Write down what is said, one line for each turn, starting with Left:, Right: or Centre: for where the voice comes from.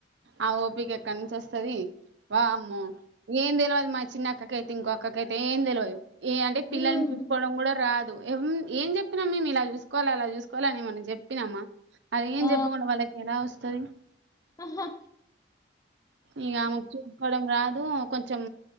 Right: ఆ ఓపికి ఎక్కడి నుంచి వస్తుది బ అమ్మో ఏం తెల మా చిన్న అక్కకైతే ఇంకొక్కకైతే ఏం తెలియదు ఏ అంటే పిల్లల్ని
Left: ఉమ్
Right: చూసుకోవడం కూడా రాదు ఏం చెప్పినామ మేము ఇలా చూసుకోవాలి అలా చూసుకోవాల అని మం చెప్పినామా అది ఏం
Left: ఆ
Right: చెప్పకుండా వాళ్ళకి ఎలా వస్తుంది
Left: ఆహ
Right: ఇక ఆమెకు చూసుకోవడం రాదు కొంచెం